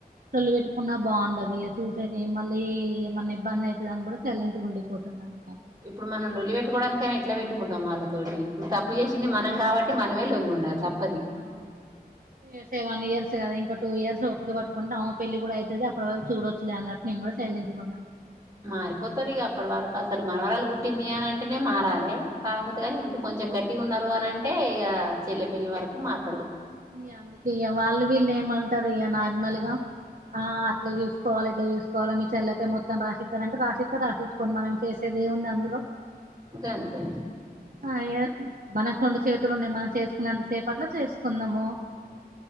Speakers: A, on the right; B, on the right.
A: లొల్లి పెట్టుకున్నా బాగుండది ఇగ చూసేది మళ్ళీ ఏమన్నా ఇబ్బందయితది అనుకుంట సైలెంట్ ఉండిపోతన్నాను.
B: ఇప్పుడు మనం లోల్లి పెట్టుకోవడానికయినా ఎట్లా పెట్టుకుంటాం వాళ్ళతోటి ఇప్పుడు తప్పు
A: ఆ
B: చేసింది.
A: ఏ
B: మనం కాబట్టి మనం మే లొంగి ఉండాలి. తప్పు
A: అవును ఏ సేవన్ ఇయర్స్ కదా ఇంక టూ ఇయర్స్ ఓపిక పట్టుకుంటే ఆమే పెళ్లి కూడా అయితది అప్పటి వరకు చూడచ్చులే అన్నట్టు నేను కూడా సైలెంట్గా ఉన్నా
B: మారిపోతారు. ఇగా అప్పటి వరకు అసలు మనవరాలు పుట్టింది. అని అంటేనే మారాలే కాకపోతే గానీ ఇంకా కొంచెం కొంచెం గట్టిగా ఉన్నారు. అని అంటే ఇక చెల్లె పెళ్ళి వరకు మారు
A: ఇగా అందుకే వాళ్ళు వీళ్ళు ఏమంటారు ఇగా నార్మల్ గా ఆ అట్లా చూసుకోవాల ఇట్లా చూసుకోవల మీ చెల్లకే మొత్తం రాసిస్తానంటే రాసిస్తా రాసిస్తు కోనీ మనం చేసే ఏముంది. అందులో
B: గంతే
A: అయ మనకు రెండు చేతులున్నాయి. మనం చేసుకున్న అంతసేపట్ల చేసు కుందాము.